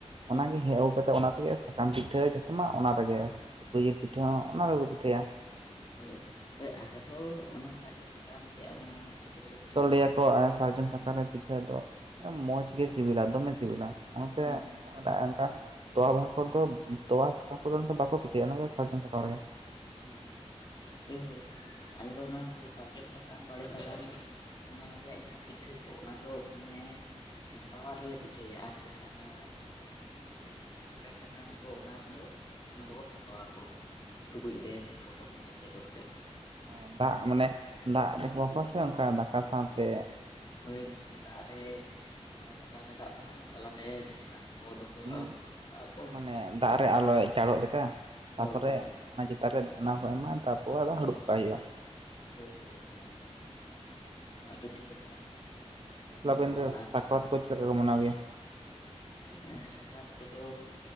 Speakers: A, on the left; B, on the right.
A: ᱦᱩᱸ
B: ᱚᱱᱟᱜᱮ
A: ᱦᱩᱸ
B: ᱦᱮᱡ ᱟᱹᱜᱩ ᱠᱟᱛᱮᱜ ᱚᱱᱟ ᱛᱮᱜᱮ ᱥᱟᱠᱟᱢ ᱯᱤᱴᱷᱟᱹ ᱡᱚᱛᱚ ᱢᱟ ᱚᱱᱟᱨᱮᱜᱮ ᱥᱩᱠᱨᱤ ᱡᱤᱞ ᱯᱤᱴᱷᱟᱹ ᱦᱚᱸ ᱚᱱᱟ ᱨᱮ ᱠᱚ ᱯᱤᱴᱷᱟᱹᱭᱟ।
A: ᱳᱭ ᱟᱞᱮ ᱦᱚᱸ ᱚᱱᱟ ᱥᱟᱨᱡᱚᱢ ᱥᱟᱠᱟᱢ ᱨᱮᱭᱟᱜ ᱚᱱᱟ ᱯᱤᱴᱷᱟᱹ ᱫᱚᱞᱮ ᱯᱤᱴᱷᱟᱹᱭ
B: ᱠᱚ
A: ᱜᱮᱭᱟ᱾
B: ᱞᱟᱹᱭᱟᱠᱚ ᱟᱨ ᱥᱟᱨᱡᱚᱢ ᱥᱟᱠᱟᱢ ᱨᱮ ᱯᱤᱴᱷᱟᱹ ᱫᱚ ᱢᱚᱸᱡᱽ ᱜᱮ ᱥᱤᱵᱤᱞᱟ ᱫᱚᱢᱮ ᱥᱤᱵᱤᱞᱟ ᱾
A: ᱦᱩᱸᱻ
B: ᱱᱚᱣᱟ ᱴᱟᱜ ᱚᱱᱠᱟ ᱛᱳᱣᱟ ᱵᱟᱦᱟ ᱠᱚᱫᱚ ᱛᱚᱣᱟ ᱥᱟᱠᱟᱢ ᱫᱚ ᱵᱟᱠᱚ ᱯᱤᱴᱷᱟᱹᱭᱟ ᱥᱟᱨᱡᱚᱢ ᱥᱟᱠᱟᱢ ᱨᱮᱜᱮ ᱾
A: ᱦᱩᱸ ᱦᱩᱸ ᱦᱚᱭ ᱦᱚᱭ ᱟᱞᱮ ᱫᱚ ᱚᱱᱟ ᱦᱚᱭ ᱥᱟᱨᱡᱚᱢ ᱥᱟᱠᱟᱢ ᱵᱟᱲᱮ ᱥᱟᱠᱟᱢ ᱚᱱᱟ ᱨᱮᱭᱟᱜ ᱡᱟᱦᱟᱸ ᱯᱤᱴᱷᱟᱹ ᱠᱚ ᱚᱱᱟ ᱫᱚ ᱢᱟᱱᱮ ᱮᱻ ᱛᱟᱣᱟ ᱨᱮᱞᱮ ᱯᱤᱴᱷᱟᱹᱭᱟ ᱟᱨ ᱡᱟᱦᱟᱸ ᱚᱱᱟ ᱠᱷᱟᱱᱴᱟᱲ ᱥᱟᱠᱟᱢ ᱠᱚ ᱚᱱᱟ ᱨᱮᱫᱚ ᱚᱱᱟ ᱫᱚᱠᱚ ᱵᱷᱟᱯᱟᱣᱟᱠᱚ ᱴᱩᱠᱩᱡ ᱨᱮ ᱢᱟᱱᱮ ᱯᱚᱴᱚᱢ ᱮᱥᱮᱫ ᱠᱟᱛᱮᱫ ᱾
B: ᱦᱚᱸ ᱫᱟᱜ ᱢᱟᱱᱮ ᱫᱟᱜ ᱨᱮᱦᱚᱸ <unintelligible> ᱥᱮ ᱚᱱᱠᱟ ᱫᱟᱠᱟ ᱥᱟᱶᱛᱮ
A: ᱳᱭ ᱫᱟᱜ ᱨᱮ ᱞᱟᱛᱟᱨ ᱨᱮ ᱫᱟᱜ ᱛᱟᱦᱮᱱᱟ ᱛᱟᱞᱟᱨᱮ ᱡᱟᱦᱟᱱᱟᱜ ᱠᱚ ᱫᱚᱦᱚᱭᱟ
B: ᱦᱩᱸ
A: ᱠᱟᱜᱼᱟ ᱠᱚ
B: ᱢᱟᱱᱮ ᱫᱟᱜ ᱨᱮ ᱟᱞᱚᱭ ᱪᱟᱲᱚᱜ ᱞᱮᱠᱟ ᱾ ᱛᱟᱨᱯᱚᱨᱮ
A: ᱦᱳᱭ ᱦᱳᱭ
B: ᱚᱱᱟ ᱪᱮᱛᱟᱱ ᱨᱮ ᱚᱱᱟ ᱠᱚ ᱮᱢᱟ ᱛᱟᱨᱯᱚᱨ ᱟᱫᱚ ᱦᱟᱹᱲᱩᱵ
A: ᱯᱤᱴᱷᱟᱹ
B: ᱠᱟᱜ ᱦᱩᱭᱩᱜ-ᱟ
A: ᱠᱚ ᱫᱚᱦᱚᱭᱟ
B: ᱾
A: ᱦᱚᱭ ᱦᱚᱭ ᱚᱱᱟ ᱚᱱᱠᱟ ᱾ <unintelligible> ᱯᱤᱴᱷᱟᱹ ᱠᱚ ᱢᱮᱱᱟᱜ-ᱟ ᱛᱟᱨᱯᱚᱨ
B: ᱟᱵᱮᱱ ᱫᱚ
A: ᱟᱨ
B: ᱥᱟᱠᱨᱟᱛ ᱠᱚ ᱪᱮᱫ ᱞᱮᱠᱟ ᱠᱚ ᱢᱟᱱᱟᱣ ᱜᱮᱭᱟ
A: ᱮᱸᱻ ᱥᱟᱠᱨᱟᱛ ᱠᱚᱫᱚ